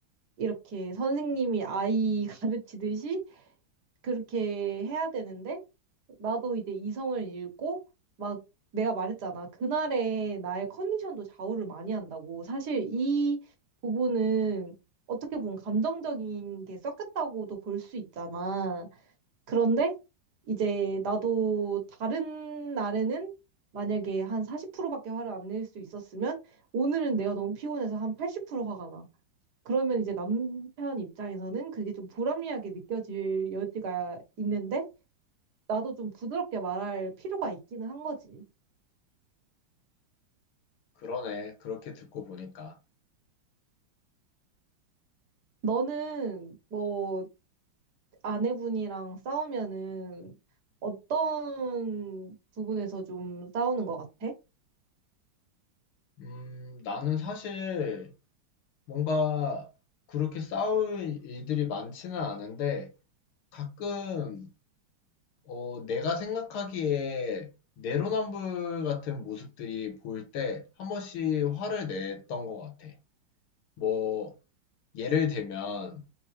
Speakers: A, on the right; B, on the left.
A: 이렇게 선생님이 아이 <laughs> 가르치듯이 그렇게 해야 되는데, 나도 이제 이성을 잃고, 막 내가 말했잖아. 그날의 나의 컨디션도 좌우를 많이 한다고. 사실 이 부분은 어떻게 보면 감정적인 게 섞였다고도 볼 수 있잖아. 그런데 이제 나도 다른 날에는 만약에 한 40%밖에 화를 안 낼 수 있었으면, 오늘은 내가 너무 피곤해서 한 80% 화가 나. 그러면 이제 남편 입장에서는 그게 좀 불합리하게 느껴질 여지가 있는데, 나도 좀 부드럽게 말할 필요가 있기는 한 거지.
B: 그러네. 그렇게 듣고 보니까.
A: 너는 뭐 아내분이랑 싸우면은 어떤 부분에서 좀 싸우는 것 같아?
B: 음, 나는 사실 뭔가 그렇게 싸울 일들이 많지는 않은데 가끔 어, 내가 생각하기에 내로남불 같은 모습들이 보일 때 한 번씩 화를 냈던 것 같아. 뭐, 예를 들면